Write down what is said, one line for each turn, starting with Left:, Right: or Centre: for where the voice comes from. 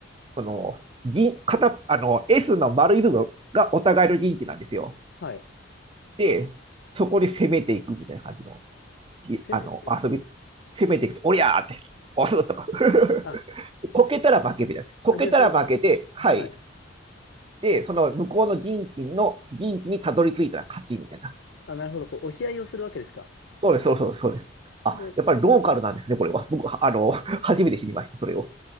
Right: その、人、片、あの、S の丸い部分がお互いの陣地なんですよ。
Left: はい。
Right: で、そこに攻めていくみたいな感じの、
Left: 攻めていくって、
Right: あの、遊び、攻めていくと、おりゃーって、押すとか。<laughs>
Left: あ、
Right: こけたら負けみたいな。
Left: お
Right: こけたら負けて、
Left: あ、で、その、
Right: はい。
Left: はい。
Right: で、その向こうの陣地の、陣地にたどり着いたら勝ちみたいな。
Left: あ、なるほど、こう、押し合いをするわけですか。
Right: そうです、そうです、そうです。あ、
Left: で、
Right: やっぱりローカルなんですね、これは。僕、あの、初めて知りました、それを。